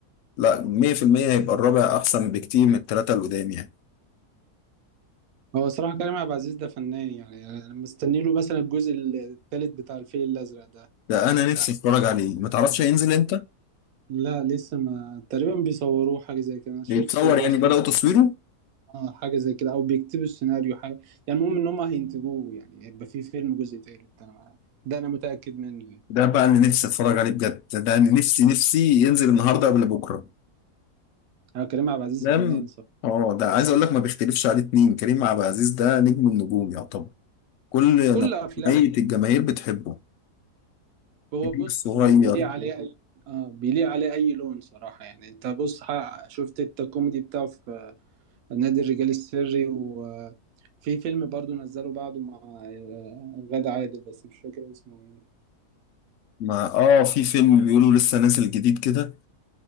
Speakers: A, on the left; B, on the right.
A: لا 100% هيبقى الرابع احسن بكتير من الثلاثة اللي قدام يعني
B: هو صراحة كريم عبد العزيز ده فنان يعني انا مستني له مثلا الجزء الثالث بتاع الفيل الازرق ده
A: ده
B: يعني
A: انا
B: ده
A: نفسي اتفرج عليه ما تعرفش هينزل امتى
B: لا لسه ما تقريبا بيصوروه حاجة زي كده انا شفت
A: بيتصور
B: بوستر
A: يعني بدأوا تصويره
B: اه حاجة زي كده او بيكتبوا السيناريو حاجة يعني المهم ان هم هينتجوه يعني هيبقى فيه فيلم جزء ثالث انا ده انا متأكد منه يعني.
A: ده بقى اللي نفسي اتفرج عليه بجد ده اللي نفسي نفسي ينزل النهارده قبل بكره
B: انا كريم عبد العزيز
A: لم
B: فنان صراحة
A: اه ده عايز اقول لك ما بيختلفش عليه اتنين كريم عبد العزيز ده نجم النجوم يعتبر كل
B: كل
A: نوعية
B: افلامه
A: الجماهير بتحبه
B: هو
A: كبير
B: بص
A: صغير
B: بي- بيليق عليه اي اه بيليق عليه اي لون صراحه يعني انت بص ح- شفت انت الكوميدي بتاعه في نادي الرجال السري وفي فيلم برضو نزله بعده مع آه، غادة عادل بس مش فاكر اسمه ايه
A: ما اه في فيلم بيقولوا لسه نازل جديد كده